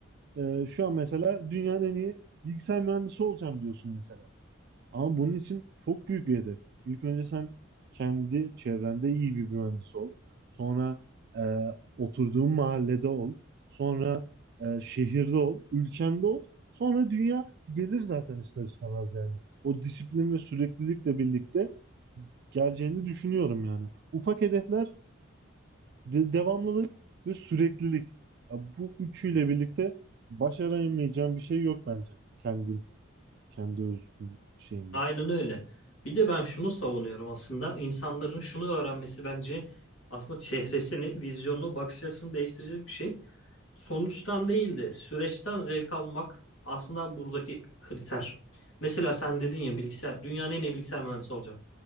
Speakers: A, on the right (about 50°); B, on the left (about 75°).
A: ee, şu an mesela dünyanın en iyi bilgisayar mühendisi olacağım diyorsun mesela. Ama bunun için çok büyük bir hedef. İlk önce sen kendi çevrende iyi bir mühendis ol. Sonra e, oturduğun mahallede ol. Sonra e, şehirde ol. Ülkende ol. Sonra dünya gelir zaten ister istemez yani. O disiplin ve süreklilikle birlikte geleceğini düşünüyorum yani. Ufak hedefler de- devamlılık ve süreklilik. Ya bu üçüyle birlikte başaramayacağın bir şey yok bence. Kendin, kendi özgün şeyinde.
B: Aynen öyle. Bir de ben şunu savunuyorum aslında. İnsanların şunu öğrenmesi bence aslında çehresini, vizyonunu, bakış açısını değiştirecek bir şey. Sonuçtan değil de süreçten zevk almak aslında buradaki kriter. Mesela sen dedin ya bilgisayar, dünyanın en iyi bilgisayar mühendisi olacağım.